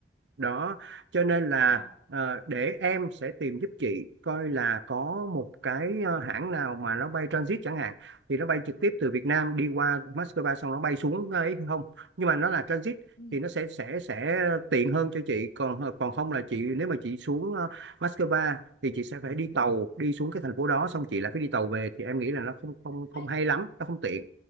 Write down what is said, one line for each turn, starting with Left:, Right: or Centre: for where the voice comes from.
Right: đó cho nên là
Left: à
Right: ờ, để em sẽ tìm giúp chị coi là có một cái ờ, hãng nào mà nó bay transit chẳng hạn thì nó bay trực tiếp từ Việt Nam đi qua Moscow xong nó bay xuống ấy không nhưng mà nó là transit
Left: ừ
Right: thì nó sẽ sẽ sẽ tiện hơn cho chị còn ờ, còn không là chị nếu mà chị xuống ờ, Moscow thì chị sẽ phải đi tàu đi xuống cái thành phố đó xong chị lại phải đi tàu về thì em nghĩ là nó không không không
Left: Ê,
Right: hay lắm nó không tiện